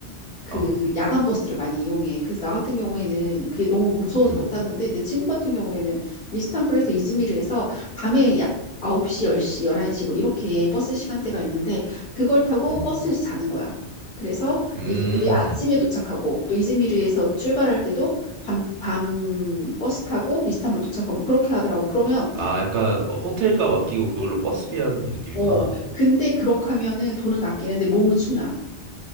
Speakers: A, on the left; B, on the right.
A: 그
B: 음. 어,
A: 야간 버스를 많이 이용해. 그래서 나 같은 경우에는 그게 너무 무서워서
B: 음,
A: 못 탔는데 내 친구 같은 경우에는 이스탄불에서 이즈미르에서 밤에 약 9시, 10시, 11시 뭐 이렇게 버스 시간대가 있는데 그걸 타고
B: 음,
A: 버스에서 자는 거야. 그래서
B: 음.
A: 이즈미르 아침에 도착하고 또 이즈미르에서 출발할 때도 밤, 밤 버스 타고 이스탄불 도착하고 뭐 그렇게 하더라고. 그러면
B: 아, 약간 어, 호텔값 아끼고 그걸로 버스비 하는 느낌이구나.
A: 어 근데 그렇게 하면은 돈은 아끼는데 몸은 춥나